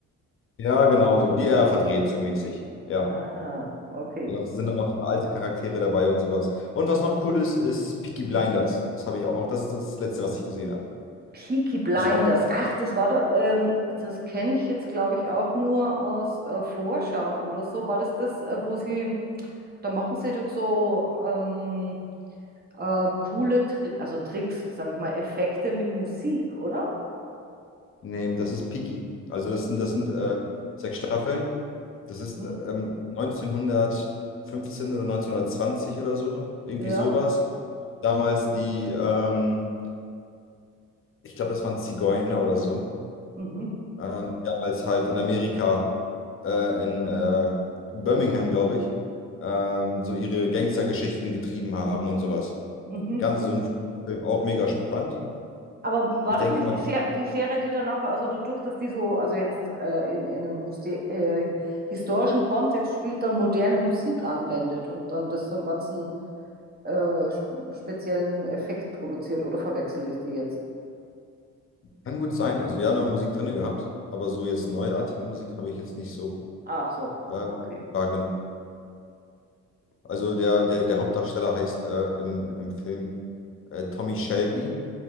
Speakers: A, on the left (about 45°); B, on the right (about 30°).
A: Ja, genau so. Die er verdreht so mäßig. Ja.
B: Ah, okay.
A: Ja, Noch, sind dann noch alte Charaktere dabei und sowas. Und was noch cool ist, ist Peaky Blinders. Das habe ich auch. Das ist das Letzte, was ich gesehen habe.
B: Peaky Blinders.
A: ist auch.
B: Ach, das war da, ähm, das kenne ich jetzt, glaube ich, auch nur aus äh, Vorschauen oder so. War das das, äh, wo sie, da machen sie doch so ähm, ähm, coole, Tri also Tricks, sage ich mal, Effekte mit Musik, oder?
A: Nee, das ist Peaky. Also das sind, das sind äh, sechs Staffeln. Das
B: Mhm.
A: ist ähm, 1915 oder 1920 oder so. Irgendwie
B: Ja.
A: sowas. Damals die, ähm, ich glaube, das waren Zigeuner oder so.
B: Mhm.
A: ähm, die damals halt in Amerika, äh, in äh, Birmingham, glaube ich, ähm, so ihre Gangstergeschichten getrieben haben und sowas.
B: Mhm.
A: Ganz so ein Film, auch mega spannend.
B: Aber war
A: Ich
B: das
A: denke
B: nicht
A: mal,
B: die, Ser die Serie, die danach, also dadurch, dass die so, also jetzt äh, in, in einem Hoste- äh, historischen Kontext spielt, dann moderne Musik anwendet und dann das so einen ganzen äh, sp- speziellen Effekt produziert, oder verwechsel ich die jetzt?
A: kann gut sein. Also die haben noch Musik drin gehabt, aber so jetzt neuartige Musik habe ich jetzt nicht so
B: Ach so,
A: äh,
B: okay.
A: wahrgenommen. Also der, der, der Hauptdarsteller heißt äh, im, im Film äh, Tommy Shelby